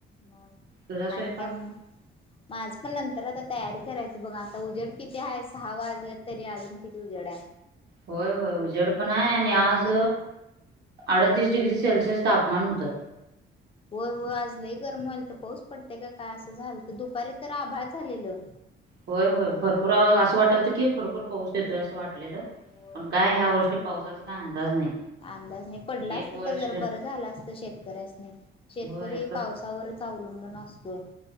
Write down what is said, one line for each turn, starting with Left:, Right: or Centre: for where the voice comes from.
Left: मग
Right: तुझा स्वयंपाक
Left: आणि काय म्ह. माझ पण नंतर आता तयारी करायचं बघा आता उजेड किती आहे सहा वाजले. तरी अजून किती उजड् हाय.
Right: होय होय उजेड पण आहे आणि
Left: गरम
Right: आज.
Left: गरम
Right: अडतीस डिग्री सेल्सिअस तापमान होतं.
Left: हो हो आजलंही गरम व्हाल तर पाऊस पडतेय का का असं झाल तर दुपारी तर आभार झालेलं.
Right: होय होय भरपूर असं वाटल तर की खरोखर पाऊस येतोय. वाटलेलं
Left: होय
Right: पण
Left: होय
Right: काय ह्या वर्षी पावसाचा काय अंदाज नाही.
Left: अंदाज नाही पडला असत
Right: एक वर्ष
Left: तर जर बरं झालं असत शेतकऱ्यासने शेतकरी
Right: होय कस
Left: पावसावर. अवलंबून असतोय.